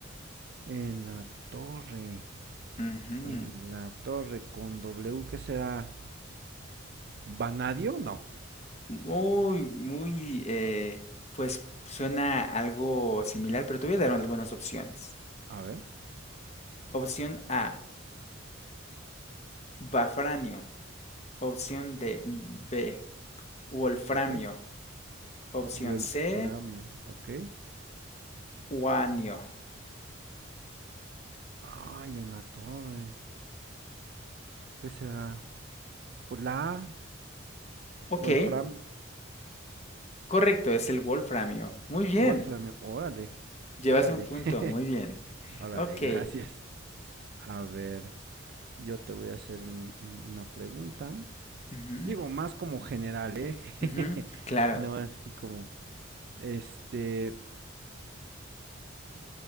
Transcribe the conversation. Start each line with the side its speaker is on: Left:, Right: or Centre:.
Right: En la torre,
Left: Ujú.
Right: en la torre con W, ¿qué será? ¿Vanadio? No.
Left: Muy, muy, eh, pues suena algo similar, pero te voy a dar algunas opciones.
Right: A ver,
Left: Opción A, bafranio. Opción D, B, wolframio.
Right: ok.
Left: Opción
Right: Wolframio,
Left: C,
Right: ok.
Left: uranio.
Right: Ay, en la torre. ¿Qué será? Pues la A,
Left: Ok,
Right: Wolframio.
Left: correcto, es el wolframio. Muy bien,
Right: Wolframio, órale,
Left: llevas
Right: órale.
Left: un punto,
Right: <laughs>
Left: muy bien.
Right: Órale,
Left: Ok,
Right: gracias. A ver, yo te voy a hacer un- un- una pregunta.
Left: ujú,
Right: Digo, más como general, ¿eh?
Left: ujú, claro.
Right: <laughs> No así como, este,